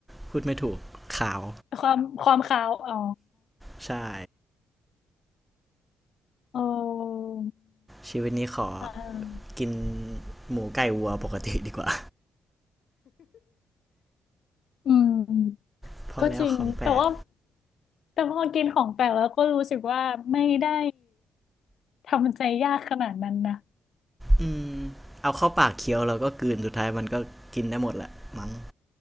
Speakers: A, in the centre; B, on the left (about 60°).
A: พูดไม่ถูกขาว
B: ความความขาวอ๋อ
A: ใช่
B: เออ
A: ชีวิตนี้ขอ
B: อ่า
A: กินหมูไก่วัวปกติดีกว่า
B: อืมก็จริงแต่ว่า
A: <laughs> พอแล้วของแปลก
B: แต่พอกินของแปลกแล้วก็รู้สึกว่าไม่ได้ทำใจยากขนาดนั้นนะ
A: อืมเอาเข้าปากเคี้ยวเราก็กลืนสุดท้ายมันก็กินได้หมดแหละมั้ง